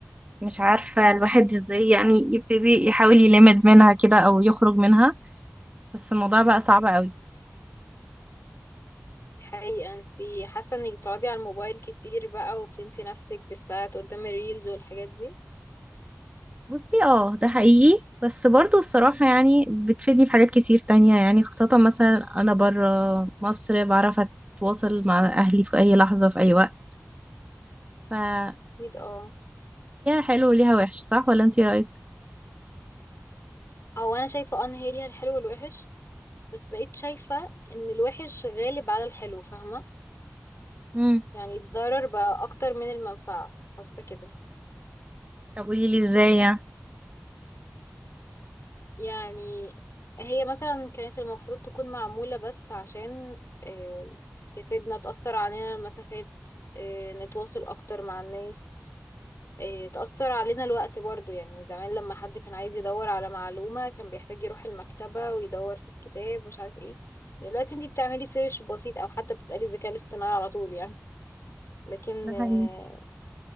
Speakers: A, on the right; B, on the left.
A: مش عارفة الواحد ازاي يعني يبتدي يحاول يلمد منها كده أو يخرج منها بس الموضوع بقى صعب قوي
B: دي حقيقة انتي حاسة انك بتقعدي على الموبايل كتير بقى وبتنسي نفسك بالساعات قدام الريلز والحاجات دي
A: بصي اه ده حقيقي بس برضو الصراحة يعني بتفيدني في حاجات كتير تانية يعني خاصة مثلا أنا برا مصر بعرف أتواصل مع أهلي في أي لحظة في أي وقت فليها
B: اكيد اه
A: حلو وليها وحش صح ولا انتي رأيك؟
B: هو انا شايفة آه ان هي ليها الحلو والوحش بس بقيت شايفة ان الوحش غالب على الحلو فاهمة
A: مم.
B: يعني الضرر بقى اكتر من المنفعة حاسة كده
A: طب قوليلي ازاي يعني
B: يعني هي مثلا كانت المفروض تكون معمولة بس عشان آه، تفيدنا تأثر علينا المسافات آه، نتواصل أكتر مع الناس آه، تأثر علينا الوقت برضو يعني زمان لما حد كان عايز يدور على معلومة كان بيحتاج يروح المكتبة ويدور في الكتاب مش عارف ايه دلوقتي انتي بتعملي سيرش بسيط أو حتى بتسألي الذكاء الاصطناعي على طول يعني لكن
A: ده
B: آه،
A: حقيقي